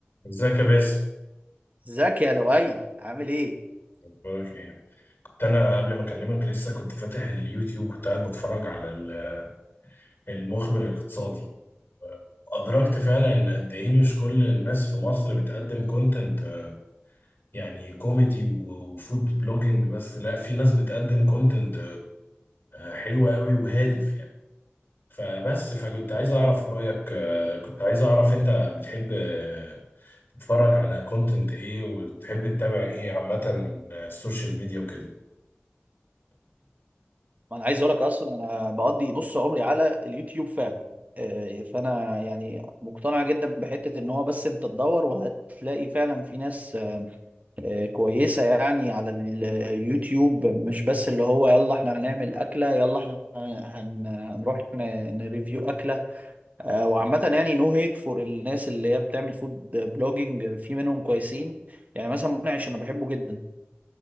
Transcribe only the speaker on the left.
ازيك يا باسم
بقولك ايه كنت انا قبل ما اكلمك لسه كنت فاتح اليوتيوب كنت قاعد بتفرج على ال- المخبر الاقتصادي ادركت فعلا ان قد ايه مش كل الناس في مصر بتقدم كونتنت يعني كوميدي و- وفود بلوجينج بس لا في ناس بتقدم كونتنت حلو قوي وهادف يعني فبس فكنت عايز
اعرف رايك آه، كنت عايز اعرف انت بتحب آه، تتفرج على كونتنت ايه وبتحب تتابع ايه عامه من السوشيال ميديا وكده